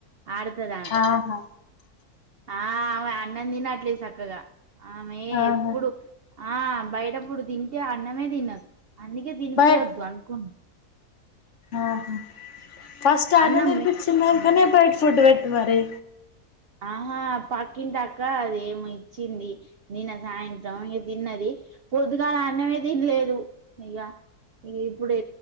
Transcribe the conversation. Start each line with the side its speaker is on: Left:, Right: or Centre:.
Right: అడుతదామే
Left: ఆహా
Right: ఆ ఆమె అన్నం తినట్లే సక్కగా ఆమె
Left: ఆహా
Right: ఎప్పుడు ఆ బయట పుడ్ దిం టే అన్నమే దినద్ అందుకే తినిపియ్యొద్దు
Left: బయట్
Right: అనుకుం
Left: ఆహా ఫస్ట్ అన
Right: అన్నం
Left: నిర్ప
Right: మె
Left: చిన్న కానీ బయట ఫుడ్ పెట్టి మరి
Right: ఆహా పక్కింట అక్క అది ఏమి ఇచ్చింది నిన్న సాయంత్రం ఇక తిన్నది పొద్దుగలా అన్నమే తినలేదు ఇక ఇ ఇప్పుడు